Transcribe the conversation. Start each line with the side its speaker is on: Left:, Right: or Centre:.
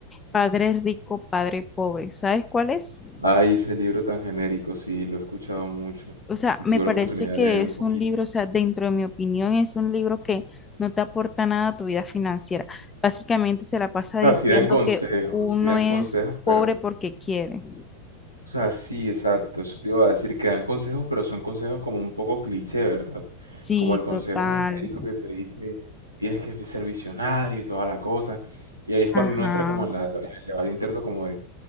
Left: Padre Rico, Padre Pobre. ¿Sabes cuál es?
Right: Ay, ese libro tan genérico, sí, lo he escuchado mucho
Left: O sea,
Right: y
Left: me
Right: tuve
Left: parece
Right: la oportunidad
Left: que
Right: de leer un
Left: es
Right: poquito.
Left: un libro, o sea, dentro de mi opinión, es un libro que no te aporta nada a tu vida financiera. Básicamente se la pasa
Right: O sea,
Left: diciendo
Right: sí dan consejos,
Left: que uno
Right: sí dan
Left: es
Right: consejos,
Left: pobre
Right: pero
Left: porque quiere.
Right: O sea, sí, exacto, eso te iba a decir, que dan consejos, pero son consejos como un poco cliché, ¿verdad?
Left: Sí,
Right: Como el consejo
Left: total.
Right: genérico que te dice, tienes que ser visionario y toda la cosa. Y ahí es cuando
Left: Ajá.
Right: uno entra como en la, en el debate interno como de,